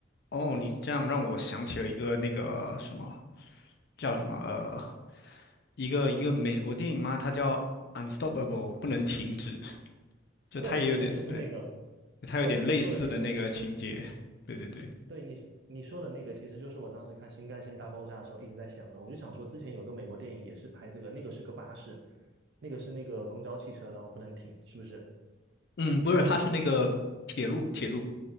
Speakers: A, on the left (about 55°); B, on the right (about 60°).
A: 哦，
B: 对。
A: 你这样让我想起了一个那个什么叫什么呃，一个一个美国电影嘛，它叫《Unstoppable》，不能停止，就它也有点对，
B: 对对对，就是那个，
A: 它有点类似的那个情节。
B: 对你说的那个，
A: 对对对。
B: 对你你说的那个，其实就是我当时看《新干线大爆炸》的时候一直在想的。我就想说，之前有个美国电影也是拍这个，那个是个巴士，那个是那个公交汽车，然后不能停，是不是？
A: 嗯，不是，他是那个铁路，铁路，